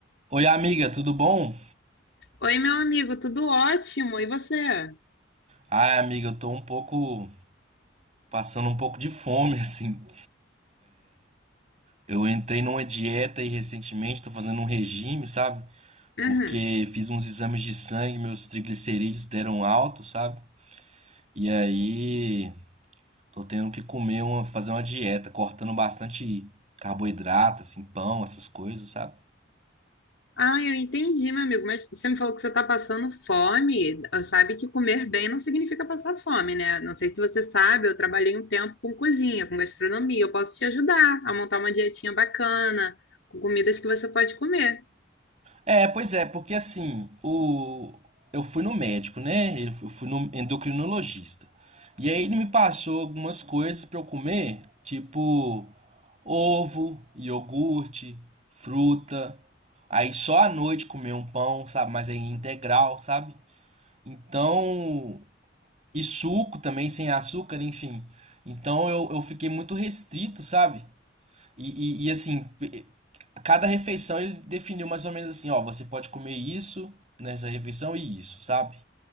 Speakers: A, on the right; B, on the left.
A: Oi, amiga, tudo bom?
B: Oi, meu amigo, tudo ótimo. E você?
A: Ah, amiga, eu tô um pouco passando um pouco de fome, <laughs> assim. Eu entrei numa dieta e recentemente tô fazendo um regime, sabe?
B: Uhum.
A: Porque fiz uns exames de sangue, meus triglicerídeos deram alto, sabe? E aí tô tendo que comer uma, fazer uma dieta, cortando bastante carboidrato, assim, pão, essas coisas, sabe?
B: Ah, eu entendi, meu amigo, mas você me falou que você está passando fome. Sabe que comer bem não significa passar fome, né? Não sei se você sabe, eu trabalhei um tempo com cozinha, com gastronomia. Eu posso te ajudar a montar uma dietinha bacana, com comidas que você pode comer.
A: É, pois é, porque assim, o... eu fui no médico, né? Eu fu- eu fui no endocrinologista. E aí ele me passou algumas coisas pra eu comer, tipo ovo, iogurte, fruta. Aí só à noite comer um pão, sabe? Mas aí integral, sabe? Então, e suco também, sem açúcar, enfim. Então eu, eu fiquei muito restrito, sabe? E, e, e, assim, pe- cada refeição ele definiu mais ou menos assim, ó, você pode comer isso nessa refeição e isso, sabe?